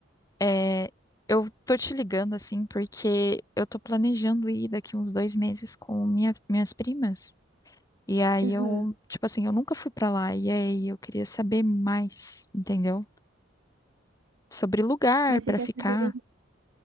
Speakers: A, on the left (about 20°); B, on the right (about 80°).
A: É, eu tô te ligando assim porque eu tô planejando ir daqui uns dois meses com minha- minhas primas. E aí
B: Aham.
A: eu, tipo assim, eu nunca fui pra lá. E aí eu queria saber mais, entendeu? Sobre lugar
B: Mas
A: pra
B: você quer
A: ficar.
B: saber,